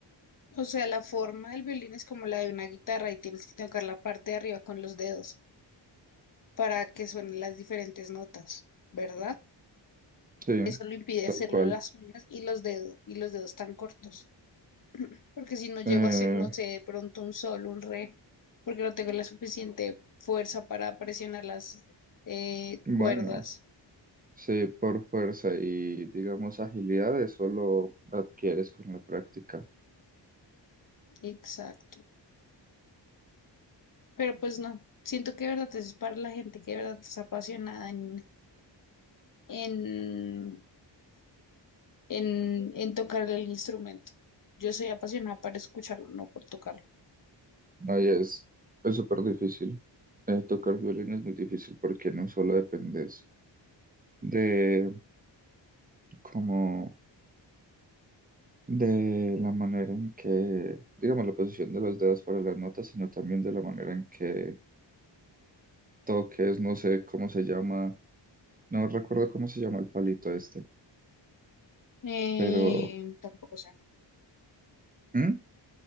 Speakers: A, on the left; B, on the right.
A: O sea, la forma del violín es como la de una guitarra y tienes que tocar la parte de arriba con los dedos para que suenen las diferentes notas, ¿verdad?
B: Sí,
A: Eso lo impide
B: tal
A: hacerlo
B: cual.
A: las uñas y los dedos, y los dedos tan cortos. Porque si no llego
B: Eh,
A: a hacer, no sé, de pronto un sol, un re, porque no tengo la suficiente fuerza para presionar las eh,
B: bueno,
A: cuerdas.
B: sí, por fuerza y digamos agilidad, eso lo adquieres con la práctica.
A: Exacto. Pero pues no, siento que de verdad es para la gente que de verdad es apasionada en, en, en, en tocar el instrumento. Yo soy apasionada para escucharlo, no por tocarlo.
B: Ahí es, es súper difícil. Eh, tocar violín es muy difícil porque no solo dependes de cómo de la manera en que, digamos, la posición de los dedos para las notas, sino también de la manera en que toques, no sé cómo se llama, no recuerdo cómo se llama el palito este,
A: Eh,
B: pero
A: tampoco sé,
B: ¿Mm?